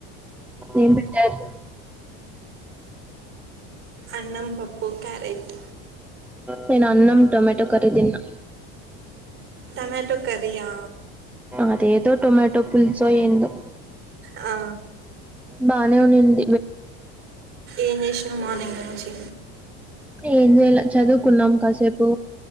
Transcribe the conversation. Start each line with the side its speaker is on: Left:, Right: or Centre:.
Centre: ఏం పెట్టారు?
Right: అన్నం పప్పు క్యారెట్
Centre: నేను అన్నం టమేటో కర్రీ తిన్నా
Right: టమాటో కర్రీయా
Centre: అదేదో టొమాటో పులుసో ఏందో
Right: ఆ
Centre: బానే ఉండింది
Right: ఏం చేసినవు మార్నింగ్ నుంచి
Centre: ఏం చేయలా చదువుకున్నాం కాసేపు